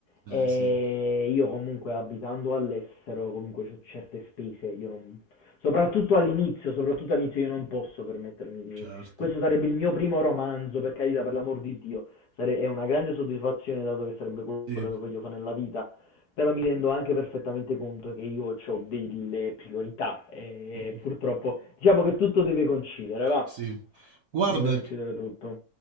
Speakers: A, on the right (about 70°); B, on the left (about 60°).
A: Eh
B: E
A: sì,
B: io comunque abitando all'estero, comunque ho certe spese, io non... Soprattutto all'inizio, soprattutto all'inizio io non posso permettermi di...
A: certo.
B: Questo sarebbe il mio primo romanzo, per carità, per l'amor di Dio. Sare- è una grande soddisfazione dato che sarebbe quello
A: Sì.
B: che voglio fare nella vita, però mi rendo anche perfettamente conto che io ho delle priorità e
A: Mm,
B: purtroppo diciamo che tutto deve coincidere, va?
A: Sì. Guarda,
B: Deve coincidere tutto.